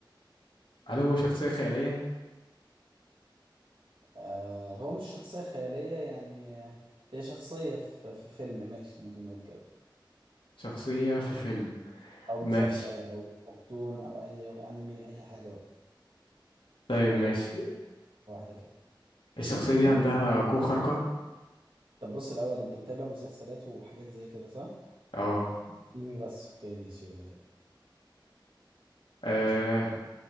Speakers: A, on the left; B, on the right.
A: هل هو شخصية خيالية
B: آه هو مش شخصية خيالية يعني آه، هي شخصية في, في فيلم ماشي ممكن نقول كده
A: شخصية في فيلم
B: أو مسلسل
A: ماشي
B: أو كرتون أو أي أو أنمي أي حاجة بقى
A: طيب
B: مش ه-
A: ماشي
B: مش حد واحدة كده
A: الشخصية دي
B: <clears throat>
A: عندها قوة خارقة
B: طب بص الأول أنت متابع مسلسلات وحاجات زي كده صح؟
A: اه
B: أنمي بس أوكي ماشي يلا كده
A: آه،
B: إن شاء الله